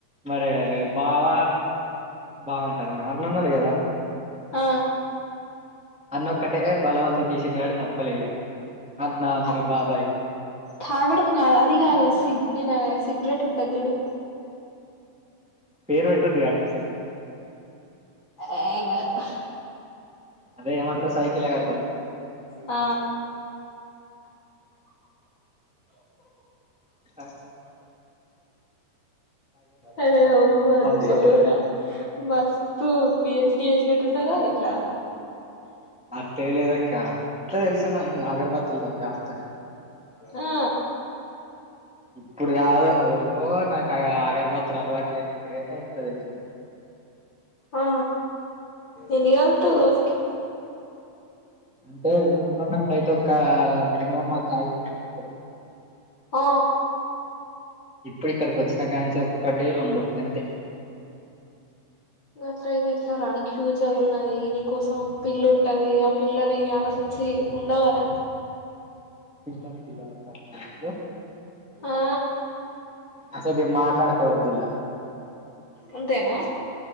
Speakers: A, in the centre; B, on the left.
A: మరి బావ బావుంటారు అన్నున్నాడు కదా
B: ఆ
A: అన్నొక్కటే బలవంతం చేసిండు గానీ తప్పలే ఇగ అన్న
B: అది
A: మీ బాబాయ్
B: తాగడం ఆ అది కాదు సిగ్ నేను సిగరెట్ ఉంటది చూడు
A: పేరు పెట్టద్దుకా అసువంటివి
B: ఆ ఎంకాదు
A: అదే ఏమంటరు సైకిల్ అగరబత్తి
B: ఆ
A: అట్లా
B: అయ్యయ్యో
A: థమ్సప్లు
B: దేవుడా మస్తు పి. హెచ్. డి చేసినట్టు ఉన్నకాదు ఇట్లా
A: అట్లే ఎంలేదక్కా ఇంట్లో తెలిసిన ఆగర్బతులతో కాలుత్తా అని
B: ఆ
A: ఇప్పుడు కాదు ఓ నాకు అగర్బత్తులు అలవాటు లేనప్పుడే ఇంట్లో తెలిసింది
B: ఆ ఎన్ని కాలుత్తావ్ రోజుకి
A: అంటే ఊర్లో ఉన్నప్పుడు అయితే ఒక మినిమం ఒక ఐదు అగరబత్తులు
B: ఆ
A: ఇప్పుడు ఇక్కడికి వచ్చికాడ నుంచి ఒక్కటి రెండు అంతే
B: గిట్లైయితే ఎట్లరా నీకి ఫ్యూచర్ ఉన్నది నీ కోసం ఒక పిల్లుంటది ఆ పిల్లని అలసి సి ఉండవరా
A: పిల్లలు గిల్లా వద్దక్క
B: ఆ
A: అసంటివి మాట్లాడుకోవద్దిల్లా
B: అంతేనా